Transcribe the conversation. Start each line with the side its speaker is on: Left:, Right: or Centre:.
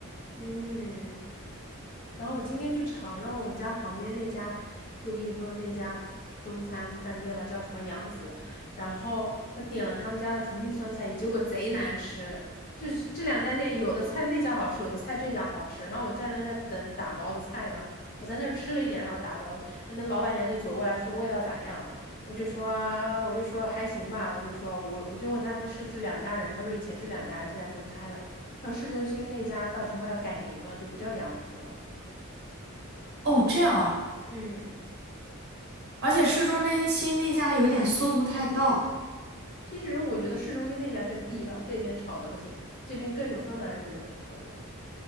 Left: 嗯。然后我今天去尝了我们家旁边那家，就跟你说那家中餐饭店嘛，叫什么杨子。然后我点了他们家的重庆酸菜鱼，结果贼难吃。就是这两家店，有的菜那家好吃，有的菜这家好吃。然后我站在那等打包的菜嘛，我在那儿吃了一点，然后打包，然后那老板娘就走过来说味道咋样？我就说我就说还行吧，我就说我我就问他那是不是两家人？他说以前是两家人，现在分开了。他说市中心那家到时候要改名了，就不叫杨子了。
Right: 哦，这样啊，
Left: 嗯，
Right: 而且市中那心那家有点搜不太到。
Left: 其实我觉得市中心那家更地道，这边炒的不行，这边更有芬兰人的口味。